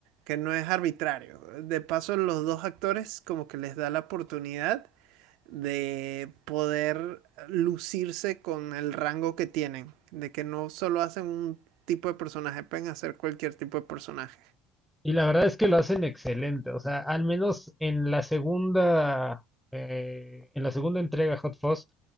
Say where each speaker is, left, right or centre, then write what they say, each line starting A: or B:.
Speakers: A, on the right (about 55°); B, in the centre.
A: Que no es arbitrario. De paso, los dos actores como que les da la oportunidad de poder lucirse con el rango que tienen, de que no solo hacen un tipo de personaje, pueden hacer cualquier tipo de personaje.
B: Y la verdad es que lo hacen excelente, o sea, al menos en la segunda, eh, en la segunda entrega Hot Fuzz,